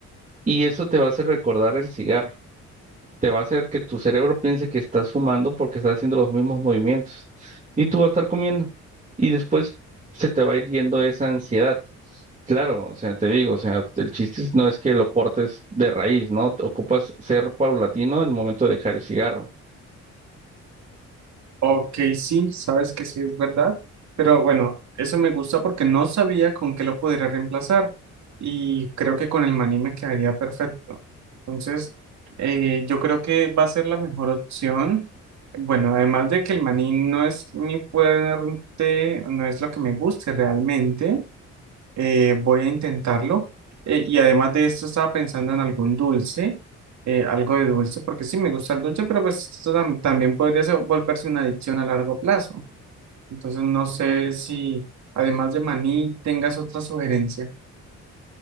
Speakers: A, on the right; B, on the right.
A: Y eso te va a hacer recordar el cigarro te va a hacer que tu cerebro piense que estás fumando porque estás haciendo los mismos movimientos y tú vas a estar comiendo y después se te va a ir yendo esa ansiedad. Claro, o sea, te digo, o sea, el chiste es- no es que lo cortes de raíz, ¿no? Te ocupas ser paulatino en el momento de dejar el cigarro.
B: Ok, sí, sabes que sí es verdad, pero bueno, eso me gusta porque no sabía con qué lo podría reemplazar y creo que con el maní me quedaría perfecto. Entonces, eh, yo creo que va a ser la mejor opción. Bueno, además de que el maní no es mi fuerte, no es lo que me guste realmente, eh, voy a intentarlo. Eh, y además de esto, estaba pensando en algún dulce, eh, algo de dulce, porque sí me gusta el dulce, pero pues esto tam- también podría ser- volverse una adicción a largo plazo. Entonces, no sé si además de maní tengas otra sugerencia.